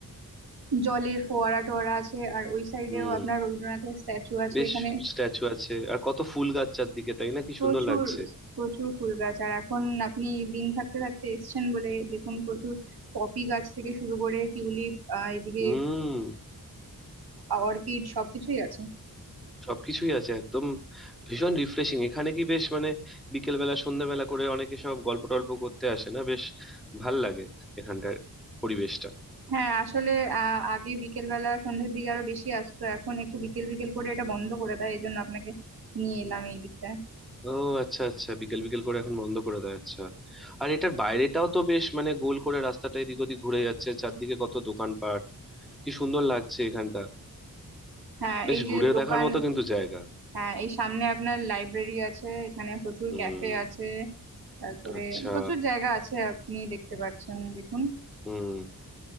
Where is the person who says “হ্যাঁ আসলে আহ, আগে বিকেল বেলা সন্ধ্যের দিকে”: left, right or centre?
Right